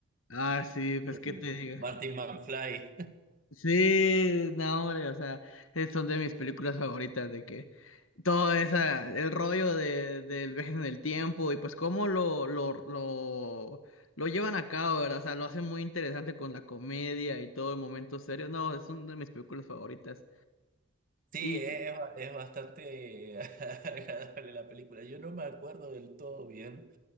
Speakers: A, on the left; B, on the right.
A: Ah, sí, pues qué
B: El
A: te digo.
B: Martin McFly. <laughs>
A: Sí, no, hombre, o sea, es- son de mis películas favoritas, de que todo esa, el rollo de, del viaje en el tiempo y pues cómo lo, lo, lo, lo llevan a cabo, ¿verdad? O sea, lo hacen muy interesante con la comedia y todo en momentos serios. No, es una de mis películas favoritas.
B: Sí,
A: Y,
B: es, es bastante <laughs> agradable la película. Yo no me acuerdo del todo bien